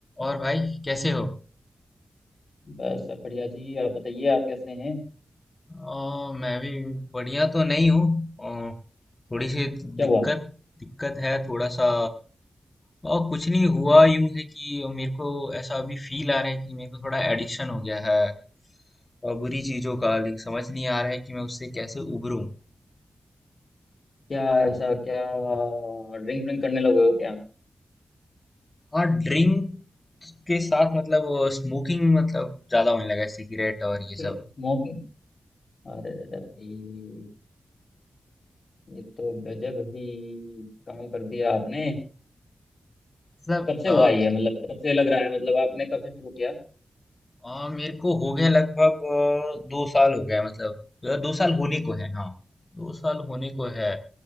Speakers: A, on the left; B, on the left.
A: और भाई कैसे हो
B: बस सब बढ़िया जी आप बताइए आप कैसे हैं
A: अ, मैं भी बढ़िया तो नहीं हूँ अ, थोड़ी सी
B: क्या
A: दिक्कत
B: हुआ
A: दिक्कत है थोड़ा सा और कुछ नहीं हुआ यूं है कि मेरे को ऐसा अभी फील आ रहा है कि मेरे को थोड़ा एडिक्शन हो गया है और बुरी चीजों का लेकिन समझ नहीं आ रहा है कि मैं उससे कैसे उबरूं
B: क्या ऐसा क्या ड्रिंक व्रिंक करने लगे हो क्या
A: हाँ ड्रिंक के साथ मतलब स्मोकिंग मतलब ज्यादा होने लगा है सिगरेट और
B: स्मोकिंग
A: ये सब
B: अरे रे रे भाई ये तो गजब ही काम कर दिया आपने
A: मतलब
B: कब से हुआ ये मतलब कब से लग रहा है मतलब आपने कब से शुरू किया
A: आ, मेरे को हो गया लगभग अ, दो साल हो गया मतलब अ, दो साल होने को है हाँ दो साल होने को है